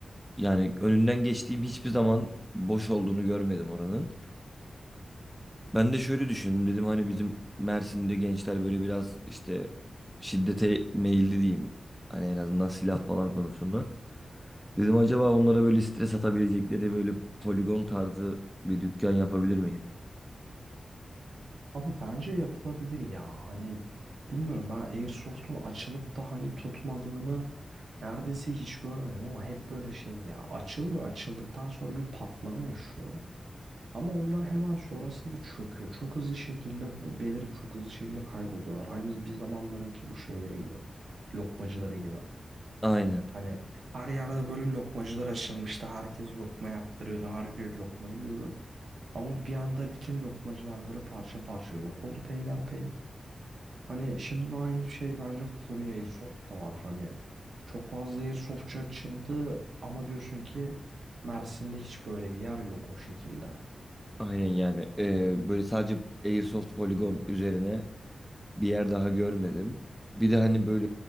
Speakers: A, in the centre; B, on the right.
A: yani önünden geçtiğim hiçbir zaman boş olduğunu görmedim oranın. Ben de şöyle düşündüm dedim hani bizim Mersin'de gençler böyle biraz işte şiddete meyilli diyeyim. Hani en azından silah falan konusunda. Dedim acaba onlara böyle stres atabilecekleri böyle poligon tarzı bir dükkan yapabilir miyim?
B: Abi bence yapılabilir ya. Hani bilmiyorum ben Airsoft'un açılıp da hani tutmadığını neredeyse hiç görmedim ama hep böyle şey ya açılıyor açıldıktan sonra bir patlama yaşıyor. Ama ondan hemen sonrasında çöküyor. Çok hızlı şekilde belirip çok hızlı şekilde kayboluyorlar. Aynı bir zamanlarınki bu şeyleri gibi. Lokmacıları gibi.
A: Aynen.
B: Hani her yerde böyle lokmacılar açılmıştı. Herkes lokma yaptırıyordu. Herkes lokma yiyordu. Ama bir anda bütün lokmacılar böyle parça parça yok oldu peyderpey. Hani şimdi de aynı şey bence Fury Airsoft'ta var. Hani çok fazla Airsoft'çu açıldı ama diyorsun ki Mersin'de hiç böyle bir yer yok o şekilde.
A: Aynen yani. E, böyle sadece Airsoft poligon üzerine Bir yer daha görmedim. Bir de hani böyle